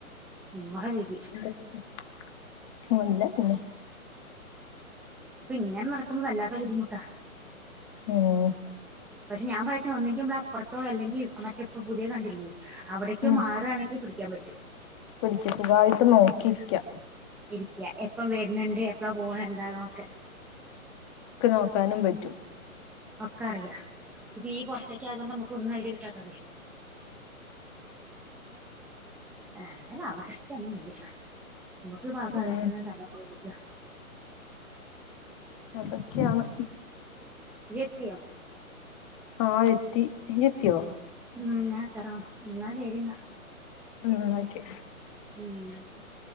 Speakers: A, in the centre; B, on the left (about 20°).
A: മമ്മള വിധി
B: <inaudible>
A: അപ്പൊ ഇങ്ങെ നടക്കുമ്പോ വല്ലാത്ത ബദ്ധിമുട്ടാ
B: ഏഹ്
A: പക്ഷെ ഞാൻ പറിച്ച ഒന്നെങ്ക നമ്മള അപ്പുറത്തോ അല്ലെങ്കിൽ മറ്റപ്പപ്പോ പുതിയ കണ്ടില്ലേ അവിടേക്കും
B: ഉം
A: മാറുവാണെങ്കി പിടിക്കാൻ പറ്റും
B: മസുഖായിട്ട് നോക്കിയിരിക്കാ
A: ഇരിക്ക്യ എപ്പം വര്ണണ്ട് എപ്പഴാ പോണ എന്താണൊക്കെ
B: ഒക്ക് നോക്കാനും പറ്റും
A: ഒക്കെറിയാ ഇപ്പ ഈ പുൊറത്തേക്ക ആയത കൊണ്ട് നമ്മുക്ക് ഒന്ന് ഐഡിയ കിട്ടാത്തതെ എന്തായാലും ഇയ്ക്കൊന്നും വെയ്യ നമുക്ക് പാസ
B: ഉം
A: ആരോിക്കുമ തല പോയിക്ക
B: അതൊക്കെയാണ്
A: ഇയ്യെത്തിയോ
B: ആഹ് എത്തി ഇയ്യ് എത്തിയോ
A: ഉം ഞാൻത്രരാോ എന്നാ ശരിന്നാ
B: ഉം ഓക്കെ
A: <inaudible>